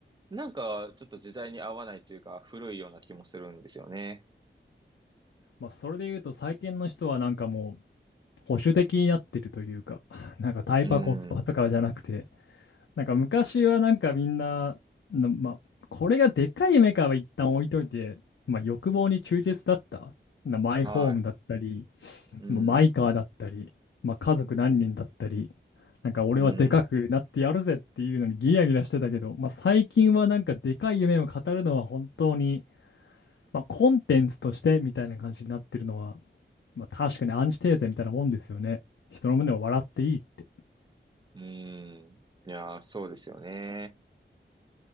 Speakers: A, on the right (about 20°); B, on the left (about 80°).
A: なんかちょっと時代に合わないというか、古いような気もするんですよね。
B: まあ、それで言うと最近の人はなんかもう保守的になってるというか、<laughs> なんかタイパコスパとかじゃなくて、
A: うん。
B: なんか昔はなんかみんな、のまあ、これがでかいメカは一旦置いといて、まあ、欲望に忠実だった。なマイホームだったり、
A: はい。うん。
B: まあマイカーだったり、まあ、家族何人だったり、なんか俺はでかくなってやるぜっていうのにギラギラしてたけど、
A: うん。
B: まあ、最近はなんかでかい夢を語るのは本当に、まあ、コンテンツとしてみたいな感じになってるのは、まあ確かにアンチテーゼみたいなもんですよね。人の胸を笑っていいって。
A: うん。いやー、そうですよね。